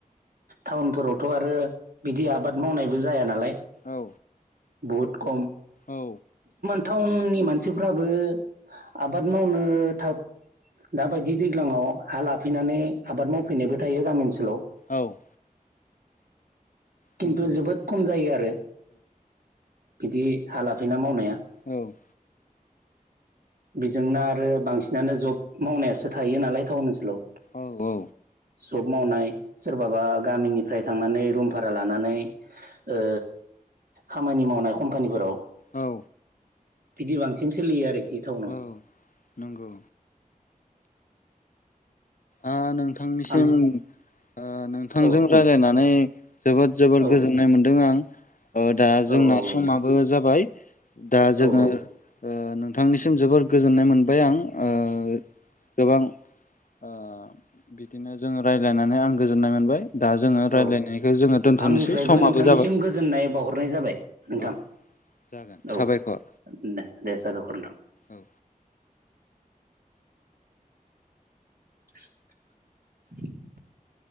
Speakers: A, on the right; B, on the left.
A: टाउनफोरावथ' आरो बिदि आबाद मावनायबो जाया नालाय।
B: औ।
A: बुहुद कम।
B: औ।
A: टाउनन्नि मानसिफ्राबो आबाद मावनो थाव दा बायदि दैगङाव हा लाफैनानै आबाद मावफैनायबो थायो जामि ओनसोलाव।
B: औ। नंगौ
A: किन्थु
B: औ
A: जोबोद खम जायो आरो। बिदि हा लाफैना मावनाया।
B: औ औ।
A: बेजोंना आरो बांसिनानो जब मावनायासो थायो नालाय टाउन ओनसोलाव।
B: औ औ।
A: जब मावनाय सोरबाबा गामिनिफ्राय थांनानै रुम भारा लानानै ओ खामानि मावनाय कम्पानिफोराव।
B: औ।
A: बिदि बांसिन सोलियो आरोखि। टाउनाव
B: औ नंगौ। ओ नोंथांनिसिम
A: आम
B: ओ नोंथांजों
A: औ
B: रायलायनानै जोबोद जोबोद
A: औ
B: गोजोन्नाय मोन्दों आं। ओ दा जोंना
A: औ औ
B: समाबो
A: नोंथां
B: जाबाय। दा जोंङो
A: औ औ
B: ओ नोंथांनिसिम जोबोर गोजोन्नाय मोनबाय आं ओ गोबां। ओ बिदिनो जोंङो रायलायनानै आं गोजोन्नाय मोनबाय। दा जोङो रायज्लायनायखौ
A: औ
B: जोङो दोनथ'नोसै
A: आंनिफ्रायबो
B: समाबो
A: नोंथांनिसिम
B: जाबाय
A: गोजोन्नाय बावहरनाय जाबाय नोंथां।
B: औ जागोन साबायखर
A: औ दे दे साबायखर नोंथां।
B: औ
A: <inaudible>